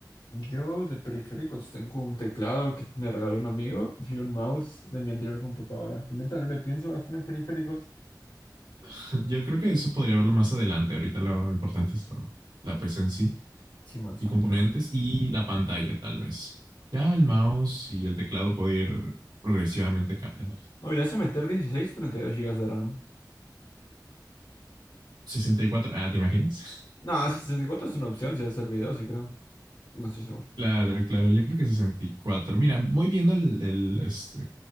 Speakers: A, on the left; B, on the right.
A: Yo de periféricos tengo un teclado que me regaló un amigo y un mouse de mi anterior computadora. Neta, no le pienso gastar en periféricos.
B: <laughs> Yo creo que eso podría verlo más adelante. Ahorita lo importante es lo, la PC en sí.
A: Simón,
B: y
A: Simón.
B: componentes y la pantalla, tal vez. Ya el mouse y el teclado puede ir progresivamente cambiando.
A: Oh, le hace meter 16 o 32 gigas de RAM.
B: sesenta y cuatro ah, ¿te imaginas? <laughs>
A: No, sí, 64 es una opción si vas a hacer videos, sí creo. No estoy seguro.
B: Claro, claro, yo creo que sesenta y cuatro Mira, voy viendo el, el, este,